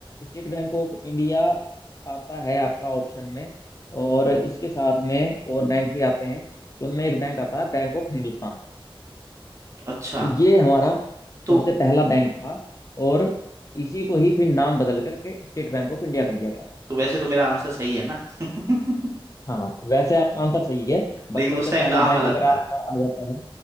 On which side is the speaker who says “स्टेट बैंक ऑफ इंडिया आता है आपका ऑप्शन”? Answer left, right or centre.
Left